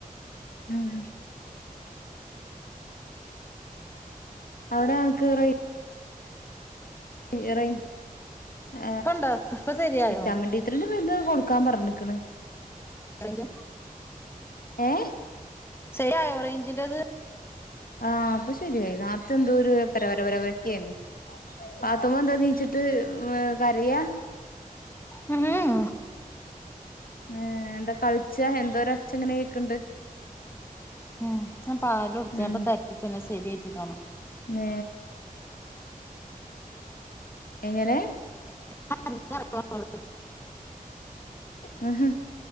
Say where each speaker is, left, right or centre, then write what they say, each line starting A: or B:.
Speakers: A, on the left; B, on the left.
A: ഉം അവിടെ നങ്‌കീറെയ് ഇറയ് ഹ്
B: ഇപ്പൊ ഉണ്ടോ ഇപ്പൊ ശരിയായോ
A: ഇറ്റാമണ്ടിത്രണ്ട് നിങ്ങളെന്തേത് കൊടുക്കാൻ പറഞ്ഞ്ക്ണ്
B: റേഞ്ച്
A: ഏ.
B: ശരിയായോ റേഞ്ച്ണ്ടത്
A: ആ പ്പൊ ശരിയായി നേർത്തെന്തോരു പരവര പരവരേരുന്നു. പാത്തുമ്മന്താ നീച്ചിട്ട് കരയാ.
B: മ്മ് ഉം
A: ഏ എന്താ കൾച്ചാ എന്താ ഒരൊച്ചങ്ങനെ കേക്ക്ണ്ട്.
B: ഉം ഞാപാല് കൊടുത്തേപ്പൊ
A: ഉം
B: തരിപ്പ്പ്പോന്നെ ശരിയട്ടിലാന്ന്
A: ഏ എങ്ങനെ
B: ആ <inaudible>
A: ഉ ഉ